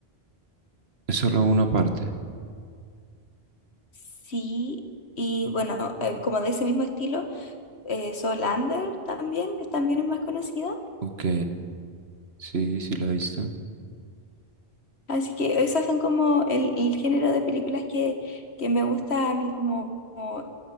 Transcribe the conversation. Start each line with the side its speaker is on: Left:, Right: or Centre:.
Right: Es solo una parte.
Left: Sí, y bueno, eh, como de ese mismo estilo, eh, Solander también, eh, también es más conocida.
Right: Ok, sí, sí la he visto.
Left: Así que esas son como el, el género de películas que, que me gusta a mí como, como